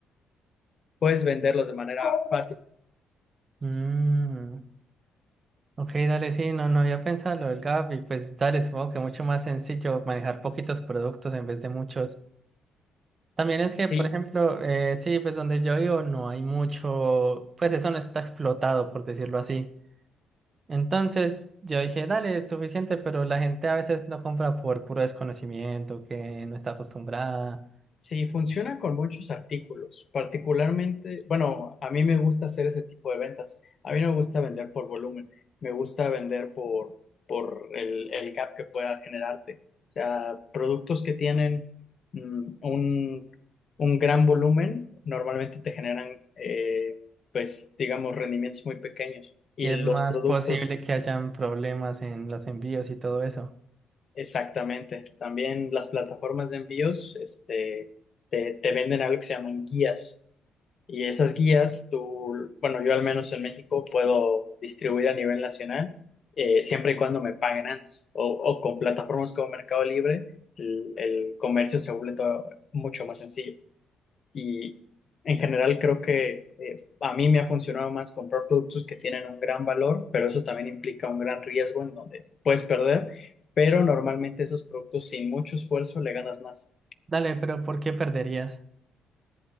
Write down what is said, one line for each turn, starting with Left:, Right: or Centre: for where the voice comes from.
Left: puedes venderlos de manera fácil.
Right: Mm, ok, dale, sí, no, no había pensado lo del gap y pues dale, supongo que mucho más sencillo manejar poquitos productos en vez de muchos. También es que, por
Left: Sí,
Right: ejemplo, eh, sí, pues donde yo vivo no hay mucho, pues eso no está explotado, por decirlo así. Entonces yo dije, dale, es suficiente, pero la gente a veces no compra por puro desconocimiento, que no está acostumbrada,
Left: Sí, funciona con muchos artículos, particularmente, bueno, a mí me gusta hacer ese tipo de ventas. A mí no me gusta vender por volumen, me gusta vender por, por el, el gap que pueda generarte. O sea, productos que tienen mm, un, un gran volumen normalmente te generan, eh, pues, digamos, rendimientos muy pequeños. Y
Right: y es
Left: los
Right: más
Left: productos,
Right: posible que hayan problemas en los envíos y todo eso.
Left: exactamente. También las plataformas de envíos, este, te, te venden algo que se llaman guías Y esas guías, tú, bueno, yo al menos en México puedo distribuir a nivel nacional, eh, siempre y cuando me paguen antes, o, o con plataformas como Mercado Libre, el, el comercio se vuelve todo mucho más sencillo. Y en general creo que eh, a mí me ha funcionado más comprar productos que tienen un gran valor, pero eso también implica un gran riesgo en donde puedes perder, pero normalmente esos productos sin mucho esfuerzo le ganas más
Right: Dale, pero ¿por qué perderías?